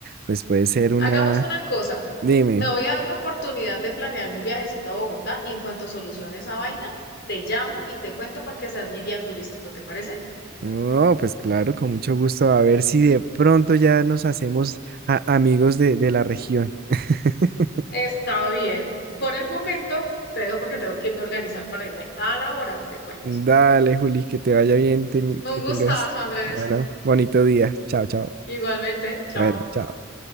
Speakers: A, on the right; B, on the left.
A: pues puede ser una,
B: Hagamos una cosa,
A: dime,
B: me voy a dar la oportunidad de planearme un viajecito a Bogotá y en cuanto solucione esa vaina, te llamo y te cuento para que seas mi guía turístico, ¿te parece?
A: no, pues claro, con mucho gusto, a ver si de pronto ya nos hacemos a- amigos de, de la región. <laughs>
B: Está bien. Por el momento te dejo porque tengo que irme a organizar para irme a laborar, te cuento.
A: Dale, Juli, que te vaya bien, ten-
B: Un
A: que
B: gustazo,
A: tengas,
B: Andrés.
A: bueno, bonito día, chao, chao,
B: Igualmente, chao.
A: bueno, chao.